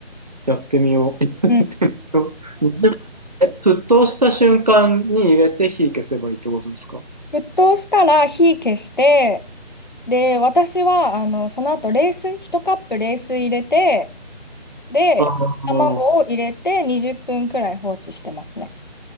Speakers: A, on the right (about 40°); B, on the left (about 45°).
A: やってみよう。<laughs> やってみようにじゅうえ沸騰した瞬間に入れて火消せばいいってことですか
B: うん <laughs> 沸騰したら火消して、で、私は、あの、その後冷水、1カップ冷水入れて、で、
A: ああー
B: 卵を入れて20分くらい放置してますね。